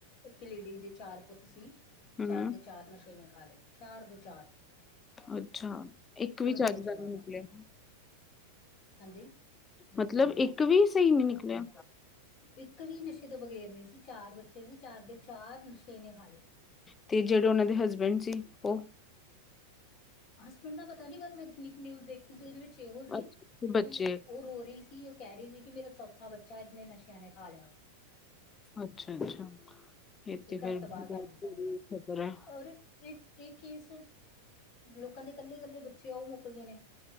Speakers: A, on the left; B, on the left.
A: ਇੱਕ ਲੇਡੀ ਦੇ ਚਾਰ ਪੁੱਤ ਸੀ।
B: ਹੂੰ,
A: ਚਾਰ ਦੇ ਚਾਰ ਨਸ਼ੇ ਨੇ ਖਾ ਲਏ, ਚਾਰ ਦੇ ਚਾਰ।
B: ਅੱਛਾ, ਇੱਕ ਵੀ ਚੱਜ
A: ਨਹੀਂ ਬਚਿਆ
B: ਦਾ ਨੀ
A: ਉਹਦਾ
B: ਨਿਕਲਿਆ।
A: ਹਾਂਜੀ।
B: ਮਤਲਬ ਇੱਕ ਵੀ ਸਹੀ ਨੀ ਨਿਕਲਿਆ।
A: ਇੱਕ ਵੀ ਨਸ਼ੇ ਤੋਂ ਬਗੈਰ ਨਹੀਂ ਸੀ, ਚਾਰ ਬੱਚੇ ਸੀ। ਚਾਰ ਦੇ ਚਾਰ ਨਸ਼ੇ ਨੇ ਖਾ ਲੇ।
B: ਤੇ ਜਿਹੜੇ ਉਹਨਾਂ ਦੇ ਹਸਬੈਂਡ ਸੀ, ਉਹ
A: ਹਸਬੈਂਡ ਦਾ ਪਤਾ ਨੀ, ਪਰ ਮੈਂ ਜਿੰਨੀ ਕੁ ਨਿਊਜ਼ ਦੇਖੀ ਸੀ ਉਹਦੇ ਵਿੱਚ ਇਹੋ ਸੀ
B: ਅੱਛਾ
A: ਕਿ
B: ਤੇ ਬੱਚੇ
A: ਉਹ ਰੋ ਰਹੀ ਸੀ ਕਹ ਰਹੀ ਸੀ ਕਿ ਮੇਰਾ ਚੌਥਾ ਬੱਚਾ ਇਹਨੇ ਨਸ਼ਿਆਂ ਨੇ ਖਾ ਲਿਆ।
B: ਅੱਛਾ ਅੱਛਾ, ਇਹ
A: ਵੀ
B: ਤਾ
A: ਘਰ
B: ਫੇਰ
A: ਤਬਾਹ
B: ਬਹੁਤ
A: ਕਰ ਦਿੱਤਾ
B: ਬੁਰੀ
A: ਮੇਰਾ
B: ਖਬਰ ਆ।
A: ਔਰ ਇਹ ਇਹ ਕੇਸ ਲੋਕਾਂ ਦੇ ਕੱਲੇ- ਕੱਲੇ ਬੱਚੇ ਔ ਉਹ ਮੁੱਕ ਗਏ ਨੇ।